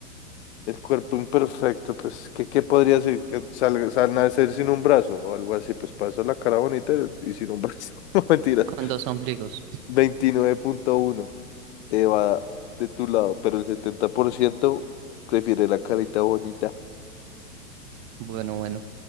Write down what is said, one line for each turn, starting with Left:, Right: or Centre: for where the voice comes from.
Left: El cuerpo imperfecto, pues, ¿qué, qué podría ser? Que salga, sal- nacer sin un brazo o algo así, pues para eso la cara bonita y sin un brazo. <laughs> No mentiras.
Right: con dos ombligos.
Left: 29.1 eh, va de tu lado, pero el 70% prefiere la carita bonita.
Right: Bueno, bueno.